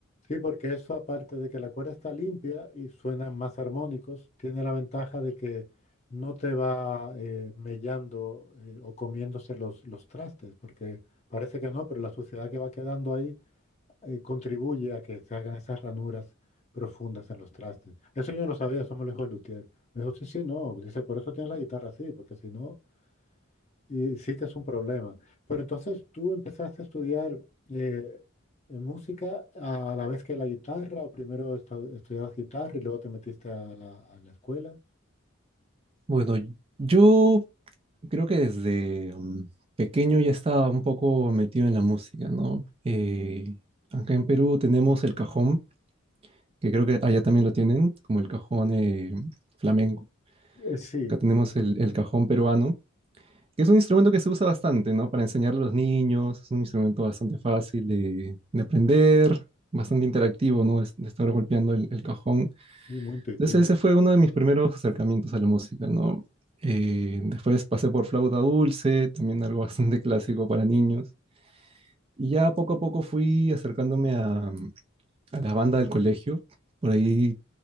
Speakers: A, on the left; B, on the right.
A: Sí, porque eso aparte de que la cuerda está limpia y suenan más armónicos, tiene la ventaja de que no te va eh, mellando eh, o comiéndose los, los trastes, porque parece que no, pero la suciedad que va quedando ahí eh, contribuye a que se hagan esas ranuras profundas en los trastes. Eso yo no lo sabía, eso me lo dijo el luthier. Me dijo, sí, sí, no. Dice, por eso tienes la guitarra así, porque si no, y sí que es un problema. Pero entonces tú empezaste a estudiar eh, eh, música a la vez que la guitarra, o primero esta- estudiabas guitarra y luego te metiste a la, a la escuela.
B: Bueno, y- yo creo que desde mm, pequeño ya estaba un poco metido en la música, ¿no? Eh, acá en Perú tenemos el cajón, que creo que allá también lo tienen, como el cajón eh, flamenco.
A: Eh, sí,
B: Acá tenemos el, el cajón peruano, que es un instrumento que se usa bastante, ¿no? Para enseñarle a los niños, es un instrumento bastante fácil de, de aprender, bastante interactivo, ¿no? Es- de estar golpeando el, el cajón.
A: sí, muy intuitivo.
B: Entonces ese fue uno de mis primeros acercamientos a la música, ¿no? Eh, después pasé por flauta dulce, también algo <laughs> bastante clásico para niños. Y ya poco a poco fui acercándome a, a la banda del colegio. Por ahí